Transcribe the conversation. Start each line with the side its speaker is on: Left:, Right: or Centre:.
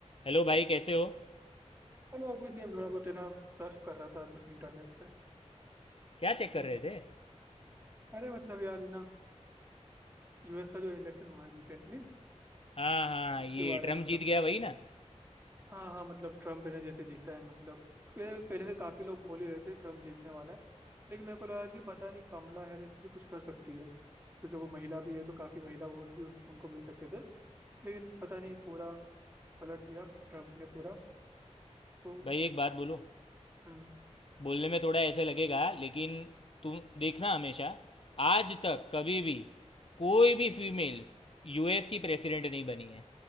Left: हेलो भाई कैसे हो
Right: अरे यार कुछ नहीं थोड़ा बहुत है ना सर्फ कर रहा था इंटरनेट पे
Left: क्या चेक
Right: तुम
Left: कर रहे
Right: बताओ
Left: थे
Right: अरे मतलब यार है ना यूएस का जो इलेक्शन हुआ है रिसेंटली
Left: हाँ हाँ
Right: उसके
Left: ये
Right: बारे
Left: ट्रम्प
Right: में मतलब
Left: जीत गया वही ना
Right: हाँ हाँ मतलब ट्रम्प है ना जैसे जीता है मतलब पहले पहले से काफी लोग बोल ही रहे थे ट्रम्प जीतने वाला है लेकिन मेरे को लगा कि पता नहीं कमला हैरिस भी कुछ कर सकती है क्योंकि वो महिला भी है तो काफी महिला वोट भी उस- उनको मिल सकते थे लेकिन पता नहीं पूरा पलट दिया ट्रम्प ने पूरा तो
Left: भाई एक बात बोलो
Right: हम्म
Left: बोलने में थोड़ा ऐसे लगेगा लेकिन तुम देखना हमेशा आज तक कभी भी कोई भी फीमेल यूएस की प्रेसिडेंट नहीं बनी है